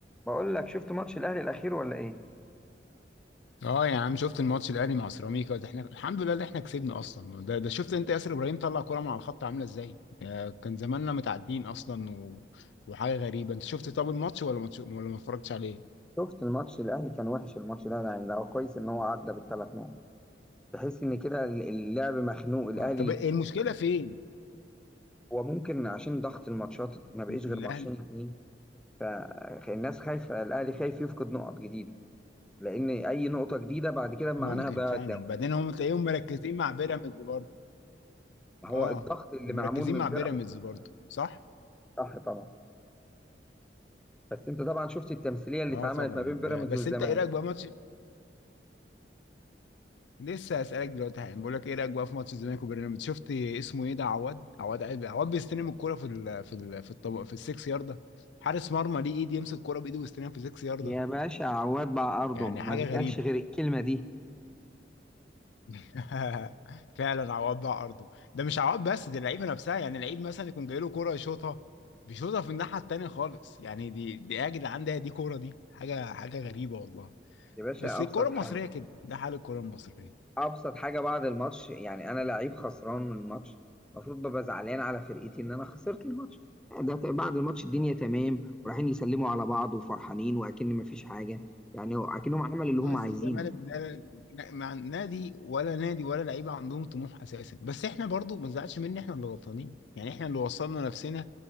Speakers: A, in the centre; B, on the left.
A: بقول لك شفت ماتش الاهلي الاخير ولا ايه
B: اه يا عم شفت الماتش الاهلي مع سيراميكا ده احنا الحمد لله اللي احنا كسبنا اصلا ده ده شفت انت ياسر ابراهيم طلع كوره من على الخط عامله ازاي آه، كان زماننا متعدين اصلا و... وحاجه غريبه انت شفت طب الماتش ولا ماتش ولا ما اتفرجتش عليه
A: شفت الماتش الاهلي كان وحش الماتش ده يعني لو كويس ان هو عدى بالثلاث نقط تحس ان كده اللعب مخنوق الاهلي
B: آه، طب المشكله فين
A: هو ممكن عشان ضغط الماتشات ما بقيش
B: الاهلي
A: غير ماتشين اتنين فالناس خايفه الاهلي خايف يفقد نقط جديده لان اي نقطه جديده بعد كده معناها
B: ممكن
A: ضياع
B: فعلا
A: الدوري
B: بعدين هم تلاقيهم مركزين مع بيراميدز برضه
A: ما
B: اه
A: هو الضغط اللي
B: ومركزين
A: معمول من
B: مع
A: بيراميدز
B: بيراميدز برضه صح
A: صح طبعا بس انت طبعا شفت التمثيليه اللي
B: اه
A: اتعملت
B: طبعا
A: ما بين بيراميدز
B: آه، بس
A: والزمالك
B: انت ايه رايك بقى ماتش لسه هسألك دلوقتي حالا بقول لك ايه رأيك بقى في ماتش الزمالك وبيراميدز شفت اسمه ايه ده عواد عواد عيد- عواد بيستلم الكرة في ال في ال في الطب... في السكس ياردة حارس مرمى ليه ايد يمسك الكرة بايده ويستلمها في السكس ياردة
A: يا باشا عواد بقى ارضه
B: يعني
A: ما
B: حاجة
A: بيتقالش
B: غريبة
A: غير الكلمه دي
B: <laughs> فعلا عواد بقى ارضه ده مش عواد بس دي اللعيبة نفسها يعني اللعيب مثلا يكون جاي له كرة يشوطها بيشوطها في الناحية التانية خالص يعني دي دي يا جدعان ده دي كورة دي حاجة حاجة غريبة والله
A: يا باشا
B: بس الكرة
A: ابسط
B: المصرية
A: حاجه
B: كده ده حال الكرة المصرية
A: ابسط حاجه بعد الماتش يعني انا لعيب خسران من الماتش المفروض ببقى زعلان على فرقتي ان انا خسرت الماتش ده ت- بعد الماتش الدنيا تمام ورايحين يسلموا على بعض وفرحانين واكن مفيش حاجه يعني هو- اكنهم عملوا اللي
B: ما
A: هم
B: الزمالك
A: عايزينه
B: ده ن- مع نادي ولا نادي ولا لعيبه عندهم طموح اساسا بس احنا برضو ما نزعلش مني احنا اللي غلطانين يعني احنا اللي وصلنا نفسنا